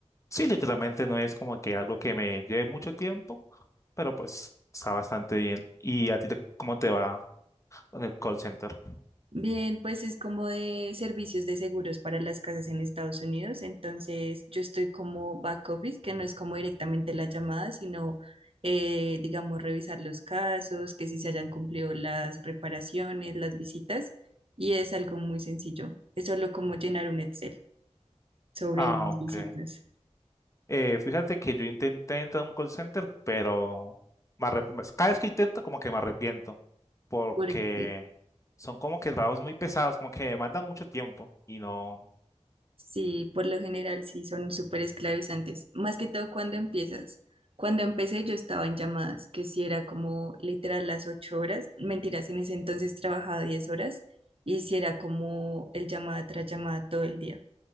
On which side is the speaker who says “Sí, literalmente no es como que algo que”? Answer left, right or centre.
Left